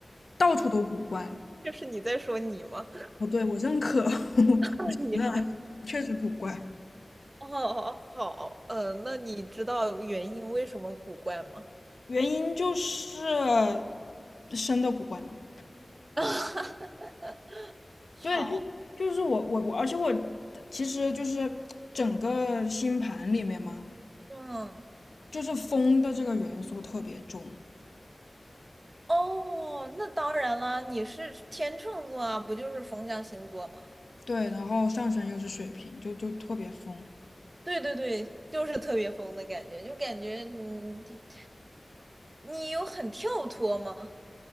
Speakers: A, on the left; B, on the right.
A: 到处都古怪。
B: 这是你在说你吗？
A: 哦，对，我认可，<laughs> 我承认，
B: <laughs> 你是
A: 确实古怪。
B: 哦，好，嗯，那你知道原因为什么古怪吗？
A: 原因就是生的古怪嘛。
B: <laughs>
A: 对，
B: 好，
A: 就就是我我我，而且我其实就是整个星盘里面嘛，
B: 嗯，
A: 就是风的这个元素特别重。
B: 哦，那当然了，你是天秤座啊，不就是风象星座吗？
A: 对，然后上升又是水瓶，就就特别疯，
B: 对对对，就是特别疯的感觉，就感觉你你你有很跳脱吗？